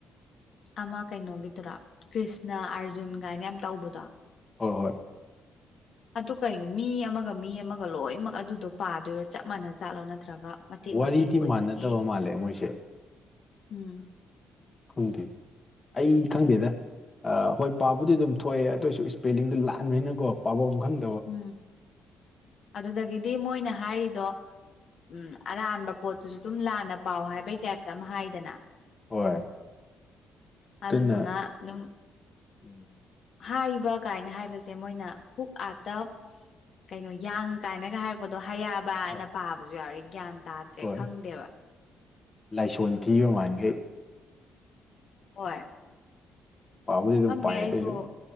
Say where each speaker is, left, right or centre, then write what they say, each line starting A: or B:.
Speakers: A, on the left; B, on the left.
A: ꯑꯃ ꯀꯩꯅꯣꯒꯤꯗꯨꯔꯥ ꯀ꯭ꯔꯤꯁꯅ ꯑꯥꯔꯖꯨꯟꯒꯥꯏꯅ ꯌꯥꯝ ꯇꯧꯕꯗꯣ
B: ꯍꯣꯏ ꯍꯣꯏ
A: ꯑꯗꯨ ꯀꯩꯅꯣ ꯃꯤ ꯑꯃꯒꯥ ꯃꯤ ꯑꯃꯒꯥ ꯂꯣꯏꯅꯃꯛ ꯑꯗꯨꯗꯣ ꯄꯥꯗꯣꯏꯔꯣ ꯆꯞ ꯃꯅ ꯆꯥꯠꯂꯣ ꯅꯠꯇ꯭ꯔꯒꯥ ꯃꯇꯦꯛ
B: ꯋꯥꯔꯤꯗꯤ
A: ꯃꯇꯦꯛ ꯑꯣꯏꯕꯒꯤ
B: ꯃꯥꯟꯅꯗꯕ ꯃꯥꯜꯂꯦ ꯃꯣꯏꯁꯦ
A: ꯎꯝ
B: ꯈꯪꯗꯦ ꯑꯩ ꯈꯪꯗꯦꯗꯥ ꯑꯥ ꯍꯣꯏ ꯄꯥꯕꯨꯗꯤ ꯑꯗꯨꯝ ꯊꯣꯛꯑꯦ ꯑꯗꯨ ꯑꯣꯏꯁꯨ ꯏꯁꯄꯦꯂꯤꯡꯗꯣ ꯂꯥꯟꯕꯅꯤꯅꯀꯣ ꯄꯥꯕꯝ ꯈꯪ
A: ꯎꯝ ꯑꯗꯨꯗꯥꯒꯤꯗꯤ ꯃꯣꯏꯅ ꯍꯥꯏꯔꯤꯗꯣ ꯎꯝ ꯑꯔꯥꯟꯕ ꯄꯣꯠꯇꯨꯁꯨ ꯑꯗꯨꯝ ꯂꯥꯟꯅ ꯄꯥꯎ ꯍꯥꯏꯕꯩ ꯇꯥꯏꯞꯇ ꯑꯃ ꯍꯥꯏꯗꯅ
B: ꯍꯣꯏ
A: ꯑꯗꯨꯗꯨꯅ
B: ꯑꯗꯨꯅ
A: ꯑꯗꯨꯝ
B: ꯎꯝ
A: ꯍꯥꯏꯕ ꯀꯥꯏꯅ ꯍꯥꯏꯕꯁꯦ ꯃꯣꯏꯅ ꯍꯨꯛ ꯑꯥꯇꯞ ꯀꯩꯅꯣ ꯌꯥꯡ ꯀꯥꯏꯅꯒ ꯍꯥꯏꯔꯛꯄꯗꯣ ꯍꯌꯥꯕꯅ
B: ꯍꯣꯏ
A: ꯄꯥꯕꯁꯨ ꯌꯥꯎꯔꯏ ꯒ꯭ꯌꯥꯟ ꯇꯥꯗ꯭ꯔꯦ
B: ꯍꯣꯏ
A: ꯈꯪꯗꯦꯕ
B: ꯂꯥꯏꯁꯣꯟ ꯊꯤꯕꯃꯥꯟꯈꯩ
A: ꯍꯣꯏ
B: ꯄꯥꯕꯨꯗꯤ ꯑꯗꯨꯝ
A: ꯈꯪꯗꯦ
B: ꯄꯥꯏ
A: ꯑꯩꯁꯨ
B: ꯑꯗꯨꯑꯣꯏꯁꯨ